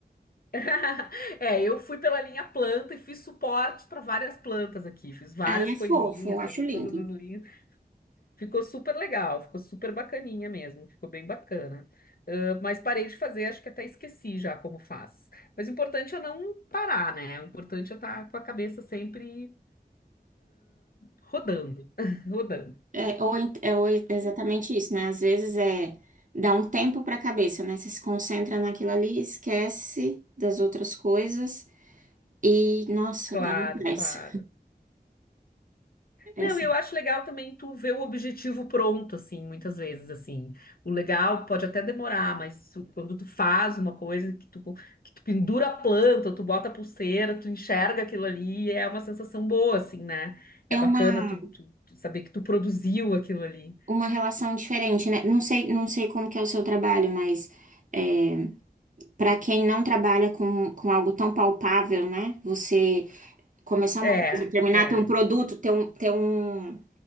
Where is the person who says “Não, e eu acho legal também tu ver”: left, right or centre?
Left